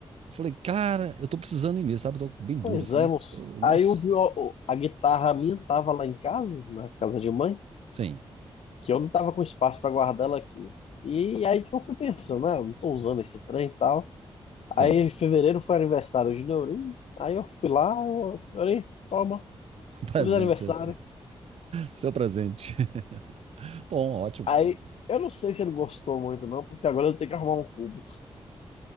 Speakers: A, on the right; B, on the left.
A: Eu falei, cara, eu tô precisando ir mesmo, sabe? Eu tô bem duro,
B: Pois
A: assim.
B: é, moço.
A: Eu- nossa,
B: Aí eu vi a guitarra minha tava lá em casa, na casa de mãe,
A: sim,
B: que eu não tava com espaço para guardar ela aqui. E aí que eu fui pensando, né? Eu não tô usando esse trem e tal. Aí
A: sim.
B: em fevereiro foi aniversário de Neurinho. Aí eu fui lá, eu, Neurinho, toma,
A: <laughs> Um presente
B: feliz aniversário.
A: seu, seu presente. <laughs> Bom, ótimo,
B: Aí
A: bom.
B: eu não sei se ele gostou muito, não, porque agora eu tenho que arrumar um cubo.